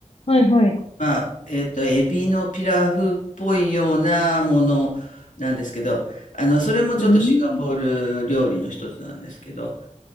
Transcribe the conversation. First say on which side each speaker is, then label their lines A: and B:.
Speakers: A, on the left; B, on the left.
A: はいはい。
B: まあ、えーっと、エビのピラフっぽいようなものなんですけど、あの、それもちょっとシンガポール料理の一つなんですけど、
A: うん。